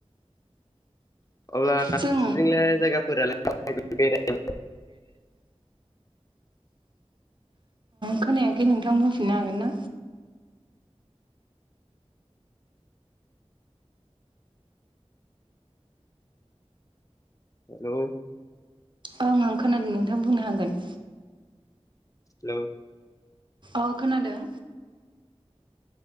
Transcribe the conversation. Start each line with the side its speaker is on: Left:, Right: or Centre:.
Left: अब्लाजोंलाय
Right: जों
Left: जायगाफोरालाय बेराय
Right: खोनायाखै नोंथां बुंफिननो हागोन ना
Left: हेल'
Right: औं आं खोनादों नोंथांआ बुंनो हागोन
Left: हेल'
Right: औ खोनादों